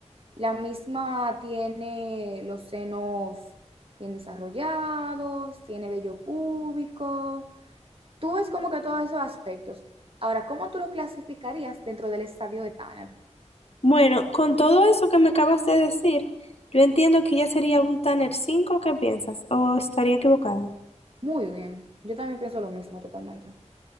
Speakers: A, on the right; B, on the left.
A: la misma tiene los senos bien desarrollados, tiene vello púbico Tú ves como que todos esos aspectos. Ahora, ¿cómo tú lo clasificarías dentro del estadio de Tanner?
B: Bueno, con todo eso que me acabas de decir, yo entiendo que ya sería un Tanner cinco, ¿qué piensas? ¿O estaría equivocado?
A: Muy bien, yo también pienso lo mismo totalmente.